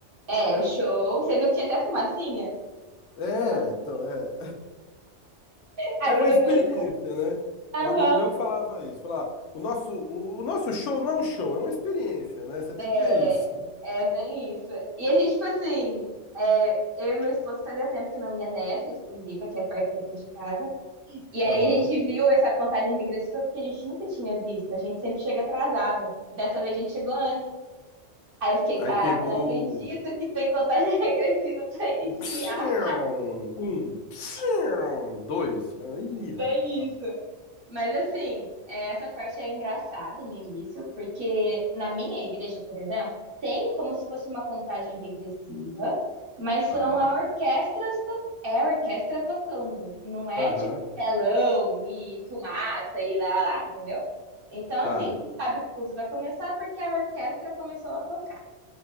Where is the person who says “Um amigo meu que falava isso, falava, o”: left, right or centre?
Left